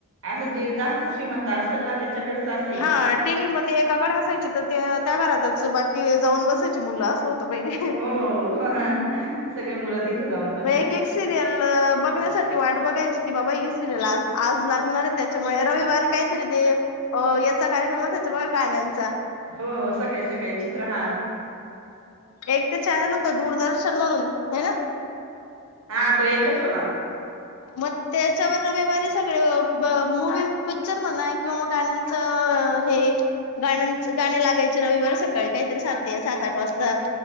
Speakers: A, on the right; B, on the left.
A: असं जे जास्त श्रीमंत असेल ना त्याच्याकडेच असायची
B: हा टी व्ही म ते एकाकडे असायचे तर ते त्या घरातच बाकी जाऊन बसायची मुलं असं होतं पहिले
A: हो. सगळे मुलं तिथे जाऊनघ
B: म एक एक सिरियल बघण्यासाठी वाट बघायची की बाबा ही सिरियल आज आज लागणार त्याच्यामुळे रविवारी काहीतरी ते याचा कार्यक्रम असायचा बघा गाण्यांचा.
A: हो सकाळी सकाळी चित्रहार
B: एक ते चॅनल होतं दूरदर्शन म्हणून ह ना.
A: हा तो एकच होता.
B: मग त्याच्यावर रविवारी सगळे म मूवी पिक्चर म्हणा किंवा गाण्या च अ अ हे. गाण्यां गाणे लागायचे रविवारी सकाळी काहीतरी सात सात आठ वाजता